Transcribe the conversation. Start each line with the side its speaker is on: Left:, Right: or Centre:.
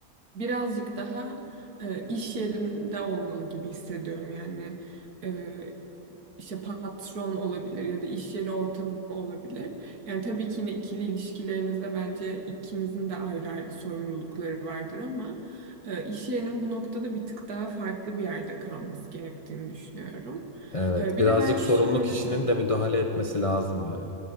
Right: e, birazcık daha e, iş yerinde olmalı gibi hissediyorum yani. e, işte patron olabilir ya da iş yeri ortamı olabilir. Yani tabii ki yine ikili ilişkilerinizde bence ikinizin de ayrı ayrı sorumlulukları vardır ama e, iş yerinin bu noktada bir tık daha farklı bir yerde kalması gerektiğini düşünüyorum.
Left: Evet,
Right: E, bir
Left: birazcık
Right: de belki
Left: sorumlu
Right: şöyle
Left: kişinin
Right: de
Left: de müdahale etmesi lazım yani.